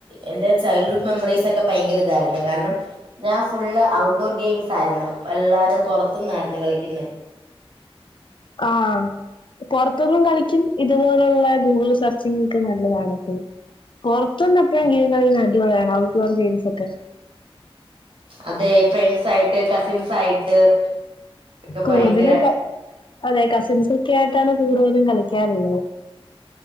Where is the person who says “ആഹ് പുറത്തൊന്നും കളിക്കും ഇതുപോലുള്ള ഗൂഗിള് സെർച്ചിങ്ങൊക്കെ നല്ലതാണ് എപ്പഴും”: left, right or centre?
Left